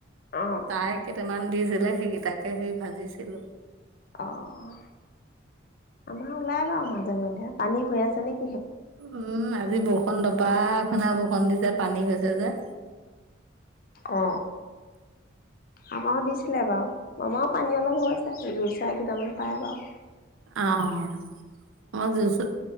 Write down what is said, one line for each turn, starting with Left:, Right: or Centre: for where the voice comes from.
Left: অ',
Right: তাই কেইট মান দিছিলে সেইকেইটাকে সেই ভাজিছিলো।
Left: অ', আমাৰ ওলাই বাৰু মাজে মধে পানী হৈ আছে নে
Right: উম, আজি বৰষুণ দবা খুনা বৰ ষূণ দিছে পানী হৈছে যে।
Left: অ', আমাৰো দিছিলে বাৰু। আমাৰো পানী অলপ হৈ আছে, দুই চাই কিটামান পায় বাৰু।
Right: অ', <unintelligible>